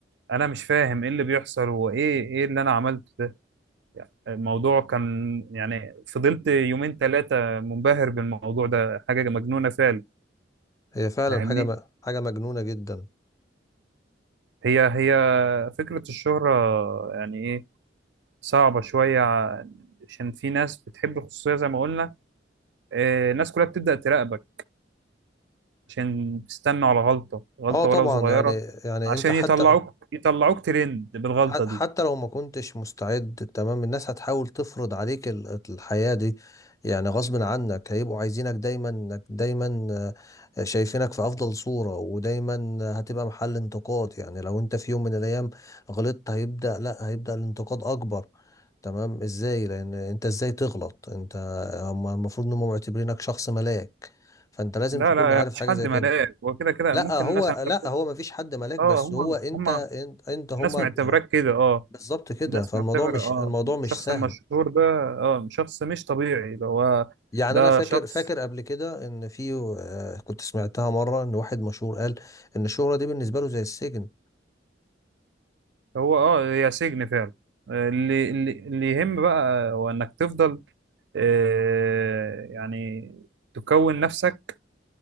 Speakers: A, on the right; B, on the left.
A: انا مش فاهم ايه اللي بيحصل هو ايه ايه اللي انا عملته ده يعني الموضوع كان يعني فضلت يومين ثلاثه منبهر بالموضوع ده حاجه مجنونه فعلا
B: هي فعلا
A: فاهمني
B: حاجه م- حاجه مجنونه جدا
A: هي هي فكرة الشهرة يعني إيه صعبة شوية ع- عشان في ناس بتحب الخصوصية زي ما قلنا آه، الناس كلها بتبدأ تراقبك عشان تستنوا على غلطة غلطة
B: اه طبعا
A: ولو صغيرة
B: يعني يعني
A: عشان
B: انت حتى
A: يطلعوك يطلعوك ترند بالغلطة
B: ح-
A: دي
B: حتى لو ما كنتش مستعد تمام الناس هتحاول تفرض عليك ال- الحياة دي يعني غصب عنك هيبقوا عايزينك دايما انك دايما آه، شايفينك في افضل صورة ودايما هتبقى محل انتقاد يعني لو انت في يوم من الايام غلطت هيبدأ لا هيبدأ الانتقاد اكبر تمام ازاي لان انت ازاي تغلط انت هم المفروض انهم معتبرينك شخص ملاك فانت لازم
A: لا
B: تكون
A: لا
B: عارف
A: يا مفيش
B: حاجة
A: حد
B: زي
A: ملاك
B: كده
A: وكده كده كده
B: لا
A: ممكن
B: هو
A: الناس عم
B: لا
A: تكون
B: هو مفيش حد ملاك بس
A: اه هم
B: هو انت
A: هم
B: انت, انت هم
A: الناس معتبراك كده اه
B: بالظبط كده
A: الناس
B: فالموضوع
A: معتبرة
B: مش
A: اه
B: الموضوع مش
A: الشخص
B: سهل
A: المشهور ده اه شخص مش طبيعي ده هو
B: يعني
A: ده
B: انا فاكر
A: شخص
B: فاكر قبل كده ان في آه، كنت سمعتها مره ان واحد مشهور قال ان الشهره دي بالنسبه له زي السجن
A: هو اه يا سجن فعلا آه، اللي اللي اللي يهم بقى آه، هو انك تفضل آه، يعني تكون نفسك